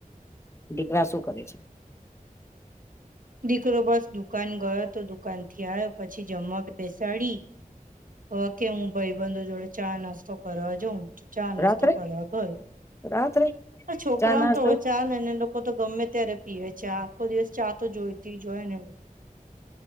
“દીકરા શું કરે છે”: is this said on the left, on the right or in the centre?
Left